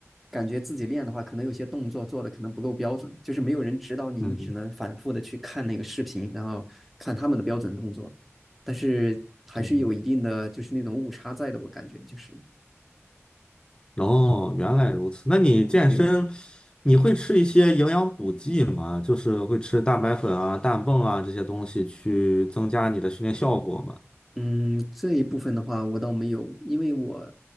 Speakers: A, in the centre; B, on the left.
A: 感觉自己练的话，可能有些动作做的可能不够标准，就是没有人指导你，
B: 嗯嗯
A: 你只能反复的去看那个视频，然后看他们的标准动作。但是还是有一定的就是那种误差在的，
B: 嗯哼，
A: 我感觉就是。
B: 哦，原来如此。那你健身，
A: 对
B: 你会吃一些营养补剂吗？就是会吃蛋白粉啊、氮泵啊这些东西去增加你的训练效果吗？
A: 嗯，这一部分的话，我倒没有，因为我